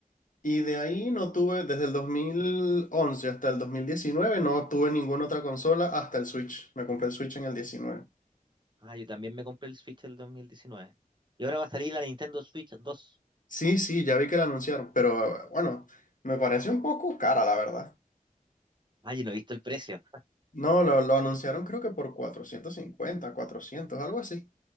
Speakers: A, on the left (about 65°); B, on the right (about 30°).
A: Y de ahí no tuve, desde el 2011 hasta el 2019 no tuve ninguna otra consola hasta el Switch. Me compré el Switch en el 19.
B: Ah, yo también me compré el Switch el 2019. Y ahora va a salir la Nintendo Switch 2.
A: Sí, sí, ya vi que la anunciaron, pero bueno, me parece un poco cara, la verdad.
B: Ah, yo no he visto el precio.
A: No, lo, lo anunciaron creo que por 450, 400, algo así.